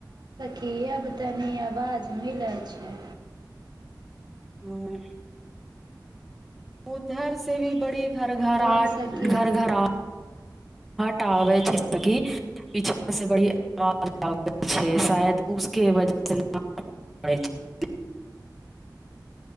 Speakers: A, on the right (about 70°); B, in the centre.
A: की अब तनी आवाज मिलै छै
B: ह्म उधर से भी बड़ी घर घराहट
A: तो सखी,
B: घर घर आ ट आबै छै सखी पीछा से बड़ी आवाज आबै छै शायद उसके वजहसँ <unintelligible>